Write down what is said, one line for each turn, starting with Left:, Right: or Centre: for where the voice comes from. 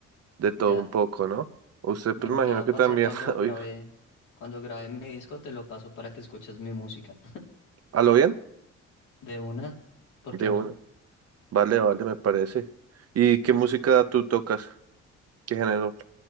Right: de todo
Left: Ya.
Right: un poco, ¿no? Usted,
Left: Bueno,
Right: pues imagino
Left: te va a
Right: que
Left: pasar
Right: también,
Left: cuando
Right: <laughs> oye,
Left: grabe, cuando grabe mi disco, te lo paso para que escuches mi música. <laughs>
Right: ¿a lo bien?
Left: De una, ¿por
Right: De
Left: qué no?
Right: uno. Vale, vale, me parece. ¿Y
Left: Sí,
Right: qué música
Left: sí, sí.
Right: tú tocas? ¿Qué género?